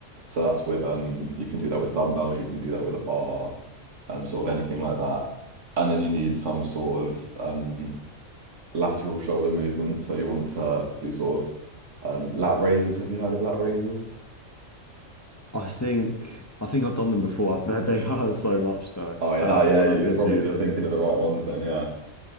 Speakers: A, on the right (about 70°); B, on the left (about 15°).
A: So that's with um you can do that with dumbbells, you can do that with a bar, um sort of anything like that. And then you need some sort of um lateral shoulder movement. So you want to do sort of um, lat raises. Have you heard of lat raises?
B: I think I think I've done them before. <laughs> I've- They, they hurt so much though.
A: Oh yeah,
B: Um,
A: that yeah.
B: when
A: you-
B: I did
A: are probably
B: do
A: you're
B: them.
A: thinking of the right ones then. Yeah,